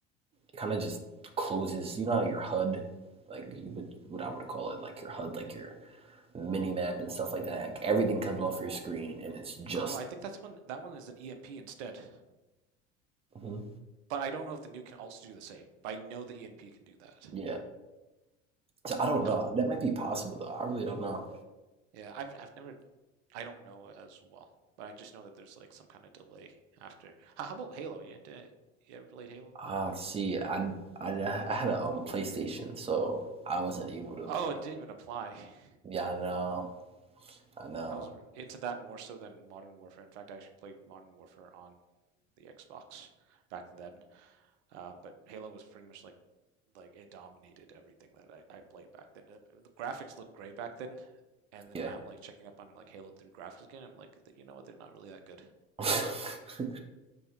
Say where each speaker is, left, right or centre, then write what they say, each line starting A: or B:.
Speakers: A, on the right; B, on the right.
A: it kind of just closes. You know, how your HUD, like you would what I would call it, like your HUD, like your mini map and stuff like that. Like everything comes off your screen and it's just
B: Oh, I think that's one. That one is an EMP instead.
A: Mhm.
B: But I don't know if the nuke can also do the same. But I know the EMP can do that.
A: yeah. So I don't
B: How,
A: know. That might be possible though. I really don't know.
B: yeah, I've I've never. I don't know as well. But I just know that there's like some kind of delay after. How, how about Halo? You, didn't- you ever played Halo?
A: Ah, see, I I, I had a um PlayStation, so I wasn't able to
B: Oh,
A: play.
B: it didn't even apply. <laughs>
A: Yeah, I know. I know.
B: I was into that more so than Modern Warfare. In fact, I actually played Modern Warfare on the Xbox back then. Uh, but Halo was pretty much like like it dominated everything that I, I played back then. The, graphics looked great back then, and then
A: Yeah.
B: now I'm like checking up on like Halo 3 graphics again. I'm like, you know what? They're not really that good.
A: <laughs>